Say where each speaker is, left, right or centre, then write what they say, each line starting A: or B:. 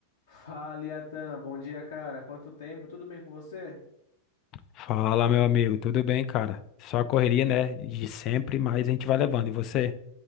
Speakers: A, on the left (about 65°); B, on the left (about 40°).
A: Fala, Iatan. Bom dia, cara. Quanto tempo? Tudo bem com você?
B: Fala, meu amigo, tudo bem, cara? Só a correria, né? De sempre, mas a gente vai levando. E você?